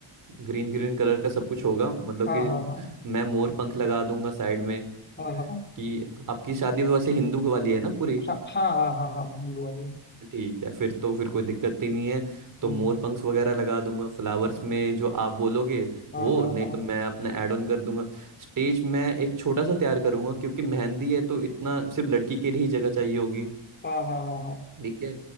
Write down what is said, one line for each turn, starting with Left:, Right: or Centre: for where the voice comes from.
Right: ग्रीन ग्रीन कलर का सब कुछ होगा मतलब
Left: हाँ
Right: कि
Left: हाँ
Right: मैं मोर पंख लगा दूंगा साइड में
Left: हाँ हाँ हाँ
Right: कि आपकी शादी तो वैसे हिंदू वाली है ना पूरी
Left: हाँ हाँ हाँ हाँ हाँ भूल वाली
Right: ठीक है फिर तो फिर कोई दिक्कत ही नहीं है तो
Left: हम्म
Right: मोर पंख वगैरह लगा दूंगा फ्लावर्स में जो आप बोलोगे
Left: हाँ
Right: वो
Left: हाँ
Right: नहीं
Left: हाँ
Right: तो मैं अपना ऐड ऑन कर दूंगा स्टेज मैं एक छोटा सा तैयार करूंगा क्योंकि मेहंदी है तो इतना सिर्फ लड़की के लिए ही जगह चाहिए होगी
Left: हाँ हाँ हाँ हाँ
Right: ठीक है